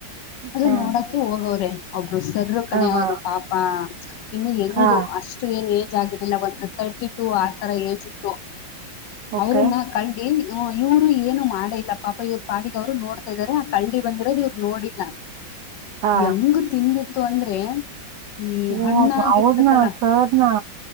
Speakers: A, on the left; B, on the right.
A: ಅದು
B: ಹಾ
A: ನೋಡಕೆ ಹೋಗೋರೆ, ಒಬ್ರು ಸರ್ ಕಣೆ
B: ಹಾ
A: ಅವರು ಪಾಪ, ಇನ್ನು ಎಂಗು,
B: ಹಾ
A: ಅಷ್ಟು ಏನ್ ಏ ಜಾಗದೆಲ್ಲ <unintelligible> ಟು ಆತರ ಏಜಿತ್ತು,
B: ಓಕೆ
A: ಅವ್ರನ್ನ ಕಲ್ಡಿ ಹ ಇವ್ರು ಏನು ಮಾಡೇ ಇಲ್ಲ ಪಾಪ, ಇವ್ರು ಪಾಡಿಗೆ ಅವ್ರು ನೋಡ್ತಾ ಇದಾರೆ, ಆ ಕಲ್ಡಿ ಬಂದಿರೋದು ಇವ್ರು ನೋಡಿಲ್ಲ.
B: ಹಾ
A: ಎಂಗ ತಿಂದೆ ಅಂದ್ರೆ ಈ
B: ಓ
A: ಹಣ್ಣಾಗಿರ್ತತಲ್ಲ
B: ಅವರ್ನ ಸರ್ನಾ